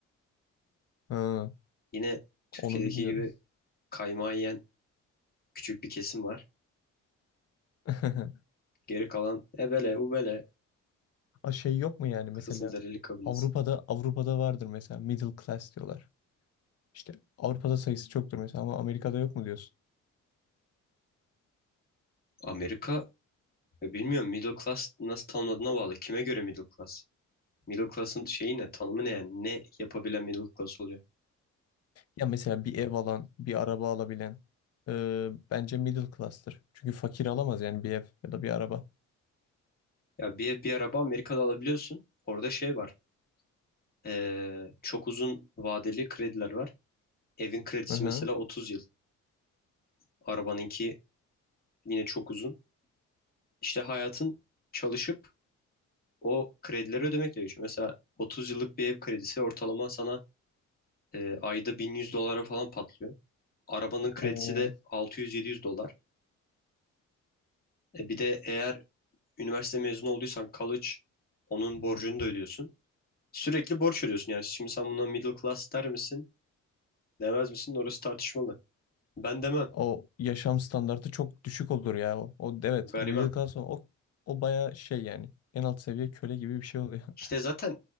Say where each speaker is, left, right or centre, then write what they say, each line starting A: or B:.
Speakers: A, on the left; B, on the left.
A: Ha,
B: Yine Türkiye'deki
A: onu bilmiyordum.
B: gibi kaymağı yiyen küçük bir kesim var.
A: <laughs>
B: Geri kalan ebele ubele
A: A şey yok mu yani mesela
B: Kızılderili kabilesi.
A: Avrupa'da Avrupa'da vardır mesela middle class diyorlar. İşte Avrupa'da sayısı çoktur mesela ama Amerika'da yok mu diyorsun?
B: Amerika ya bilmiyorum middle class nasıl tanımladığına bağlı. Kime göre middle class? Middle class'ın şeyi ne? Tanımı ne yani? Ne yapabilen middle class oluyor?
A: Ya mesela bir ev alan, bir araba alabilen e, bence middle class'tır. Çünkü fakir alamaz yani bir ev ya da bir araba.
B: Ya bir ev bir araba Amerika'da alabiliyorsun. Orada şey var. Ee, çok uzun vadeli krediler var. Evin kredisi
A: Hı hı.
B: mesela 30 yıl. Arabanınki yine çok uzun. İşte hayatın çalışıp o kredileri ödemekle geçiyor. Mesela 30 yıllık bir ev kredisi ortalama sana e, ayda 1100 dolara falan patlıyor. Arabanın kredisi
A: O
B: de 600-700 dolar. E, bir de eğer üniversite mezunu olduysan college onun borcunu da ödüyorsun. Sürekli borç ödüyorsun yani. Şimdi sen buna middle class der misin? Demez misin? Orası tartışmalı. Ben demem.
A: o yaşam standartı çok düşük olur ya. O, o evet
B: Gariban.
A: o middle class o o, o baya şey yani en alt seviye köle gibi bir şey oluyor. <laughs>
B: İşte zaten